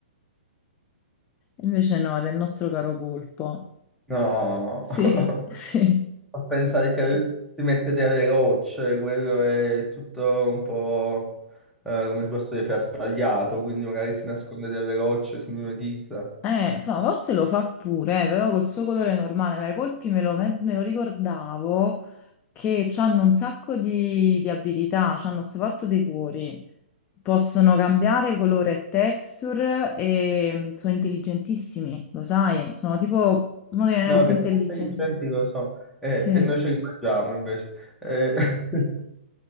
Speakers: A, on the left; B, in the centre.
A: Invece no, era il nostro caro polpo.
B: No!
A: Sì,
B: <laughs>
A: <laughs> sì.
B: A pensare che lui si mette delle rocce, quello è tutto un po', eh, come ti posso dire, frastagliato, quindi magari si nasconde delle rocce, si mimetizza.
A: Eh, fa- forse lo fa pure, eh, però col suo colore normale, ma i polpi me lo, me lo ricordavo che hanno un sacco di, di abilità, hanno sto fatto dei cuori, possono cambiare colore e texture e mm, sono intelligentissimi, lo sai, sono tipo uno degli animali
B: No,
A: più
B: che
A: intelligenti.
B: sono intelligenti lo so, eh,
A: Sì,
B: e noi ce li mangiamo invece. Eh, <laughs>